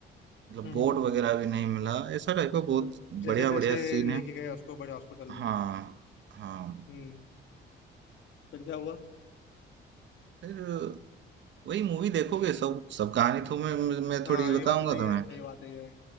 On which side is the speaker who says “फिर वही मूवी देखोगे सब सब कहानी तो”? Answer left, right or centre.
Right